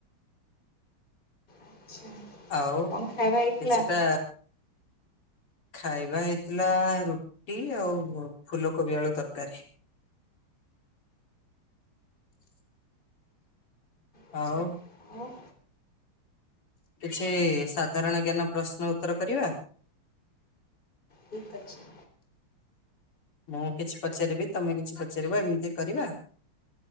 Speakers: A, on the left (about 20°); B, on the left (about 80°).
A: ଆଚ୍ଛା
B: ଆଉ
A: କଣ ଖାଇବା ହେଇଥିଲା?
B: କିଛିଟା ଖାଇବା ହେଇଥିଲା ରୁଟ ଟି ଆଉ ଫୁଲକୋବି ଆଳୁ ତରକାରୀ।
A: ଆଛା
B: ଆଉ
A: ହଉ
B: କିଛି ସାଧାରଣ ଜ୍ଞାନ ପ୍ରଶ୍ନ ଉତ୍ତର କରିବା।
A: ଠିକ୍ ଅଛି
B: ମୁଁ କିଛି ପଚାରିବି ତମେ କିଛି ପଚାରିବ ଏମିତି କରିବା।